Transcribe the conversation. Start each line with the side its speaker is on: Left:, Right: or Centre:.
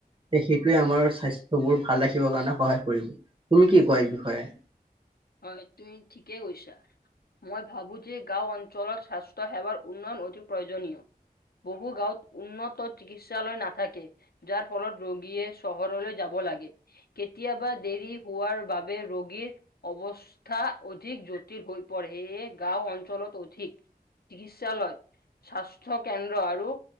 Right: সেইটোৱে আমাৰ স্বাস্থ্য বোৰ ভাল ৰাখিবৰ কাৰণে সহায় কৰিব তুমি কি কোৱা এই বিষয়ে?
Left: হয় তুমি ঠিকে কৈছা। মই ভাবোঁ যে গাঁও অঞ্চলত স্বাস্থ্য সেৱাৰ উন্নয়ন অতি প্ৰয়োজনীয়। বহু গাঁৱত উন্নত চিকিৎসালয় নাথাকে। যাৰ ফলত ৰোগীয়ে চহৰলৈ যাব লাগে। কেতিয়াবা দেৰি হোৱাৰ বাবে ৰোগীৰ অৱস্থা অধিক জটিল হৈ পৰে এইয়ে গাঁও অঞ্চলত অধিক চিকিৎসালয়, স্বাস্থ্য কেন্দ্ৰ আৰু